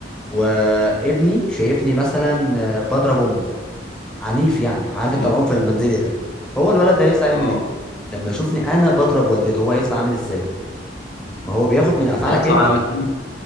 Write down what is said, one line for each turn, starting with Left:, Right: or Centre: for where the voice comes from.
Centre: وابني شايفني مثلا آه، بضرب أم عنيف يعني عارف
Left: اه
Centre: أنت العنف المنزلي ده هو الولد ده هيطلع يعمل
Left: اه
Centre: إيه؟ لما يشوفني أنا بضرب والدته هو هيطلع عامل إزاي؟ ما هو بياخد من أفعالك
Left: هيطلع
Centre: أنت
Left: على مكان